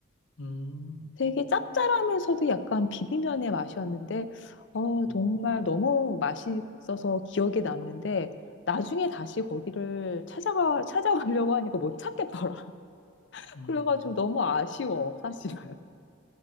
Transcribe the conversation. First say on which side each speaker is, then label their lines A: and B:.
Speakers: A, on the left; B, on the left.
A: 음. 음,
B: 되게 짭짤하면서도 약간 비빔면의 맛이었는데 어,
A: 음.
B: 정말 너무 맛있어서 기억에 남는데 나중에 다시 거기를 찾아가, 찾아가려고 하니까 못 찾겠더라. <laughs>
A: 음,
B: 그래가지고 너무 아쉬워, 사실은.